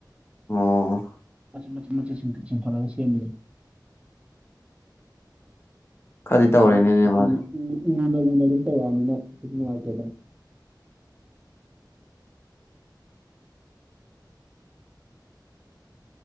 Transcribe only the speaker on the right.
ꯃ ꯃꯆ ꯆꯤꯡꯈꯠ ꯂꯒꯥ ꯁꯦꯝꯕꯗꯣ
ꯃ
ꯎꯂꯔꯝ ꯅꯤꯅꯅ ꯋꯥꯗ